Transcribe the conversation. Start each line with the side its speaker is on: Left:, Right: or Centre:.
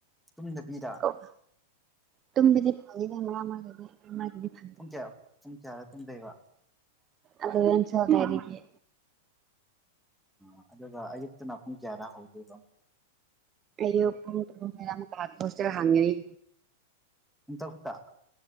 Centre: ꯇꯨꯝꯗꯕꯤꯗ
Right: ꯑꯣ ꯇꯨꯝꯕꯗꯤ ꯐꯪꯉꯤꯗ ꯃꯔ ꯃꯔꯛꯇꯗꯤ ꯃꯔꯛ ꯃꯔꯛꯇꯗꯤ ꯐꯪꯗꯦ
Centre: ꯄꯨꯡ ꯀ꯭ꯌꯥ ꯄꯨꯡ ꯀꯌꯥꯗ ꯇꯨꯝꯗꯣꯢꯕ
Right: ꯑꯦꯜꯚꯦꯟ ꯇ꯭ꯋꯦꯜꯐ ꯗꯥꯢꯗꯒꯤ
Centre: ꯑ ꯑꯗꯨꯒ ꯑꯌꯨꯛꯇꯅ ꯄꯨꯡ ꯀꯌꯥꯗ ꯍꯧꯗꯨꯏꯕ
Right: ꯑꯌꯨꯛ ꯄꯨꯡ ꯇꯔꯨꯛ <unintelligible> ꯍꯣꯁꯇꯦꯜ ꯍꯥꯡꯉꯩ
Centre: ꯄꯨꯡ ꯇꯧꯛꯇ